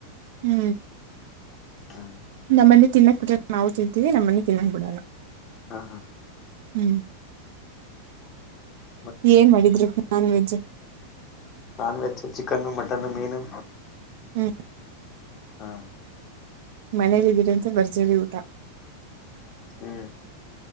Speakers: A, on the right (about 50°); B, on the left (about 30°).
A: ಹೂ
B: ಹಾ
A: ನಮ್ಮನ್ನಿ ತಿನ್ನಕ್ ಬಿಟ್ರ ನಾವು ತಿಂತೀವಿ ನಮ್ಮನ್ನಿ ತಿನ್ನಕ್ ಬಿಡಲ್ಲ
B: ಹಾ ಹಾ
A: ಹೂ
B: ಹೂ
A: ಏನ್ ಮಾಡಿದ್ರಿ non veg
B: non veg chicken mutton ಮೀನು
A: ಹೂ
B: ಹಾ
A: ಮನೇಲಿ ಇದರಂತೆ ಭರ್ಜರಿ ಊಟ
B: ಹ್ಮ್